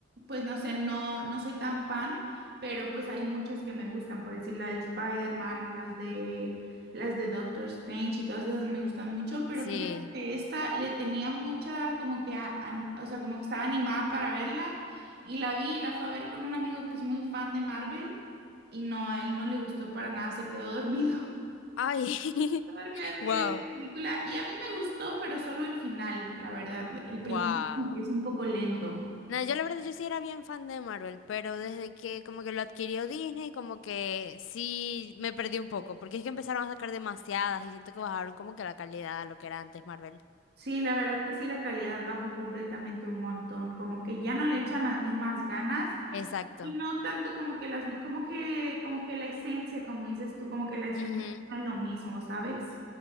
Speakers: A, on the right; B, on the left.
A: pues no sé, no, no soy tan fan, pero pues hay muchas que me gustan, por decir la de Spider-Man o las de las de Doctor Strange y todas esas me gustan mucho, pero
B: Sí.
A: fíjate que esta le tenía mucha como que, a- an- o sea, como que estaba animada para verla y la vi y la fue a ver con un amigo que es muy fan de Marvel y no, a él no le gustó para nada, se quedó dormido.
B: Ay, <laughs>
A: Enorme, Me olvidé la
B: wow.
A: película y a mí me gustó, pero solo el final, la verdad. El
B: Wow.
A: principio como que es un poco lento.
B: No, yo la verdad yo sí era bien fan de Marvel, pero desde que como que lo adquirió Disney, como que sí me perdí un poco, porque es que empezaron a sacar demasiadas y siento que bajaron como que la calidad a lo que era antes Marvel.
A: Sí, la verdad que sí, la calidad bajó completamente un montón, como que ya no le echan las mismas ganas
B: Exacto.
A: y no tanto como que las, como que, como que la esencia, como dices tú, como que la esencia
B: Ujú.
A: no es lo mismo, ¿sabes?